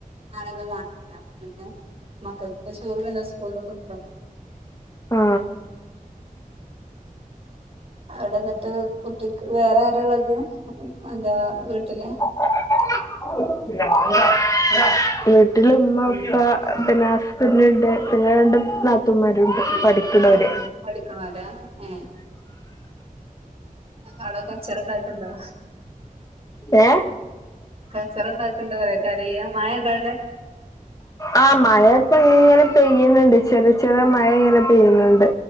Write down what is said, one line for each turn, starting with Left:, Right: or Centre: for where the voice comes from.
Right: നാളെന്ന അപ്പൊ പിന്നെ മക്കൾക്ക് ചോറ് പിന്നെ സ്കൂലിന്ന് കിട്ടും
Left: ആ
Right: അവിടെന്നിട്ട് കുട്ടിക്ക് വേറെ ആരാള്ളത് എന്താ വീട്ടില്
Left: <unintelligible> വീട്ടിൽ ഉമ്മ ഉ പ്പ പിന്നെ ഹസ്ബന്റ് ണ്ട് പിന്നെ രണ്ട് നാത്തൂമാരുണ്ട് പഠി ക്കണേ ക്നോര്
Right: പഠി ക്കുനോരാ ഏ ആടെ കച്ചറണ്ടാക്കുന്നുണ്ടോ?
Left: ഏ
Right: കച്ചറണ്ടാകണ്ടോ പറയാ കരയാ മഴണ്ടോവിടെ?
Left: ആ മഴ ഇപ്പ ഇങ്ങനെ പെയ്യണ് ണ്ട്. ചെറിയ ചെറിയ മഴ ഇങ്ങനെ പെയ്യ്ണ്‌ണ്ട്.